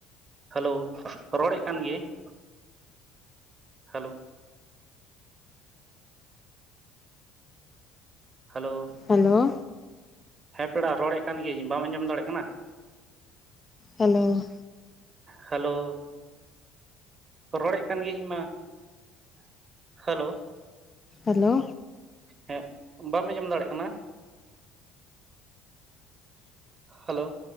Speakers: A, on the right; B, on the left.
A: ᱦᱮᱞᱳ ᱨᱚᱲᱮᱜ ᱠᱟᱱ ᱜᱤᱭᱟᱹᱧ ᱾ Hello hello.
B: ᱦᱟᱹᱞᱳ ᱾
A: ᱦᱮᱸ ᱯᱮᱲᱟ ᱨᱚᱲ ᱮᱫ ᱠᱟᱱ ᱜᱤᱭᱟᱹᱧ ᱵᱟᱢ ᱟᱧᱡᱚᱢ ᱫᱟᱲᱮᱜ ᱠᱟᱱᱟ?
B: ᱦᱮᱞᱳ ᱾
A: ᱦᱮᱞᱳ ᱾ ᱨᱚᱲᱮᱫ ᱠᱟᱱ ᱜᱤᱭᱟᱹᱧ ᱤᱧ ᱢᱟ ᱾ Hello
B: hello.
A: ᱦᱮᱸ ᱵᱟᱢ ᱟᱧᱡᱚᱢ ᱫᱟᱲᱮᱜ ᱠᱟᱱᱟ? ᱦᱟᱹᱞᱳ ᱾